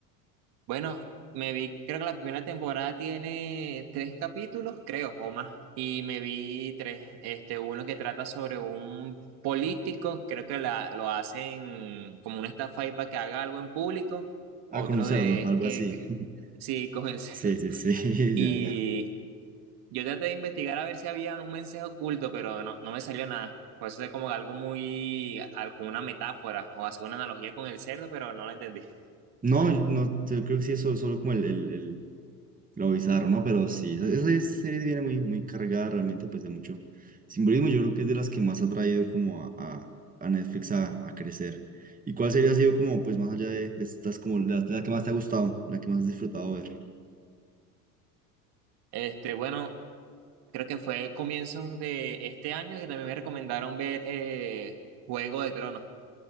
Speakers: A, on the right; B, on the right.
A: Bueno, me vi, creo que la primera temporada tiene tres capítulos, creo, o más. Y me vi tres. Este, uno que trata sobre un político, creo que la, lo hacen como una estafa ahí para que haga algo en público.
B: Ah,
A: Otro
B: con un cerdo,
A: de es
B: algo
A: que,
B: así.
A: que-
B: <laughs>
A: sí, <laughs> con el cerdo.
B: Sí, sí, sí, <laughs>
A: Y
B: ya, ya.
A: yo traté de investigar a ver si había un mensaje oculto, pero no, no me salió nada. Por eso es como algo muy, alguna metáfora o hacer una analogía con el cerdo, pero no la entendí.
B: No, no, yo creo que sí es solo, solo como el, el, el- Lo bizarro, ¿no? Pero sí, esa, esa es- serie viene muy, muy cargada realmente pues de mucho simbolismo. Yo creo que es de las que más ha traído como a, a- a Netflix a, a crecer. ¿Y cuál serie ha sido como pues más allá de de estas como la, la que más te ha gustado, la que más has disfrutado ver?
A: Este, bueno. Creo que fue comienzos de este año que también me recomendaron ver eh, Juego de Tronos.